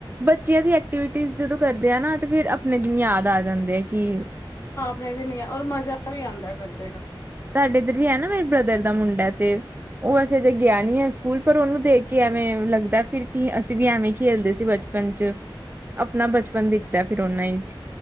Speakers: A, on the right; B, on the left.
A: ਬੱਚਿਆਂ ਦੀ ਐਕਟੀਵਿਟੀ ਜਦੋਂ ਕਰਦੇ ਆ ਨਾ ਤੇ ਫਿਰ ਆਪਣੇ ਦਿਨ ਯਾਦ ਆ ਜਾਂਦੇ। ਕੀ,
B: ਕਹਿ ਦਿਨੀਂ ਆ ਔਰ ਮਜ਼ਾ ਵੀ ਆਂਦਾ ਕਰਦਾ
A: ਸਾਡੇ ਇੱਧਰ ਵੀ ਹੈ ਨਾ ਮੇਰੇ ਬ੍ਰਦਰ ਦਾ ਮੁੰਡਾ ਤੇ ਉਹ ਅਸੀਂ ਅਜੇ ਗਿਆ ਨਹੀਂ ਹੈ ਸਕੂਲ, ਪਰ ਉਹਨੂੰ ਦੇਖ ਕਿ ਐਵੇਂ ਲੱਗਦਾ ਫਿਰ ਕੀ ਅਸੀਂ ਵੀ ਐਵੇਂ ਖੇਲਦੇ ਸੀ, ਬਚਪ ਬਚਪਨ 'ਚ ਆਪਣਾ ਬਚਪਨ ਬਚਪਨ ਦਿਖਦਾ ਫਿਰ ਉਹਨਾਂ ਹੀ 'ਚ।